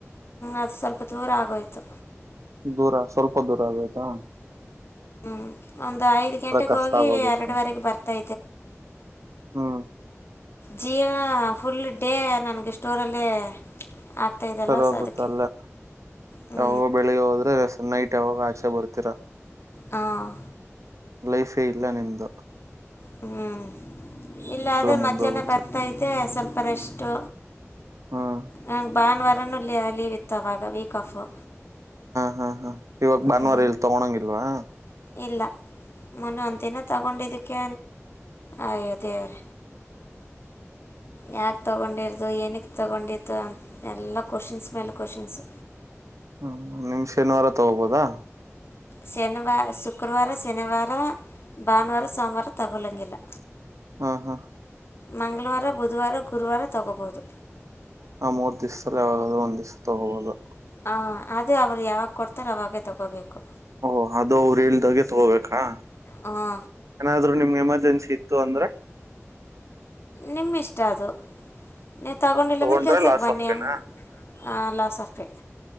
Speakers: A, on the left (about 50°); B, on the right (about 85°).
A: ಅದು ಸ್ವಲ್ಪ ದೂರ ಆಗೋಯ್ತು
B: ದೂರ ಸ್ವಲ್ಪ ದೂರ ಆಗ್ತಾ
A: ಹ್ ಒಂದು ಐದು ಗಂಟೆಗೆ
B: ಕಷ್ಟ
A: ಹೋಗಿ
B: ಆಗೋಗುತ್ತೆ
A: ಎರಡುವರೆಗೆ ಬರ್ತಾ
B: ಹ್ಮ
A: ಜೀವನ ಫುಲ್ ಡೇ ನನ್ಗೆ ಸ್ಟೋರಲ್ಲೇ ಆಗ್ತಾಯಿದ್ದಲ್ವ
B: ಸರ್
A: ಸೊ
B: ಗೊುತ್ತ
A: ಅದಕ್ಕೆ
B: ಅಲ್ಲೇ
A: ಹ್ಞೂ
B: ಯಾವಾಗೋ ಬೆಳಿಗ್ಗೆ ಹೋದ್ರೆ ನೈಟ್ ಯಾವಾಗ ಆಚೆ ಬರ್ತೀರಾ
A: ಹಾಂ
B: ಲೈಫೇ ಇಲ್ಲ ನಿಮ್ದ
A: ಹ್ಮ ಇಲ್ಲ ಆದರೆೆ
B: ಮುಗ್ದೋಗುತ್ತೆ
A: ಮಧ್ಯಾಹ್ನ ಬರ್ತಾ ಸ್ವಲ್ಪ ರಷ್ಟು
B: ಹ್ಮ್
A: ನಂಗೆ ಭಾನುವಾರನು ಲ ಅಲ್ಲಿವಿತ್ತವಾಗ ವೀಕ್ ಆಫು
B: ಹಾ ಹಾ ಇವಾಗ ಭಾನುವಾರ
A: ಹ್ಞೂ
B: ಇಲ್ ತಗೊಂಗಿಲ್ವಾ
A: ಇಲ್ಲ ಮನ ಒ ದಿನ ತಗೊಂಡಿದಕ್ಕೆ ಆಯ ಅದೇವರ ಯಾಕೆ ತಗೊಂಡಿರ್ದುು ಏನಿಗೆ ತಗೊಂಡಿತು ಅಂತ ಎಲ್ಲ ಕ್ವೆಶನ್ಸ್ ಮೇಲೆ ಕ್ವೆಶನ್ಸು
B: ಹ್ಮ ನಿಮ್ ಶನಿವಾರ ತಗೋಬೋದಾ
A: ಶನಿವಾರ ಶುಕ್ರವಾರ ಶನಿವಾರ ಭಾನುವಾರ ಸೋಮವಾರ ತಗೋಲಂಗಗೆಲ್ಲ
B: ಹಾ ಹಾ
A: ಮಂಗಳವಾರ ಬುಧವಾರ ಗುರುವಾರ ತಗೋಬಹದು
B: ಆ ಮೂರ್ ದಿವಸದಲ್ಲಿ ಯಾವಾಗಾದ್ ಒಂದ ದಿವ್ಸ ತಗೋಬಹುದು
A: ಹ ಅದೇ ಅವರು ಯಾವಾಗ ಕೊಡ್ತಾರ ಅವಾಗೇ ತಗೋಬೇಕು
B: ಓಹ ಅದು ಅವರು ಹೇಳ್ದಾಗೆ ತಗೋಬೇಕಾ
A: ಹಾ
B: ಏನಾದ್ರು ನಿಮ್ಗೆ ಎಮರ್ಜೆನ್ಸಿ ಇತ್ತು ಅಂದ್ರೆ
A: ನಿಮ್ಮ ಇಷ್ಟ ಅದು ನೀವು ತಗೊಂಡಿಲ್ಲ
B: ತಗೊಂಡ್ರೆ
A: ಅಂದ್ರೆ ಕೆಲ್ಸಕ್ಕೆ
B: ಲಾಸ್
A: ಬನ್ನಿ
B: ಆಫ್ ಪೇನಾ
A: ಎ ಸಫೇ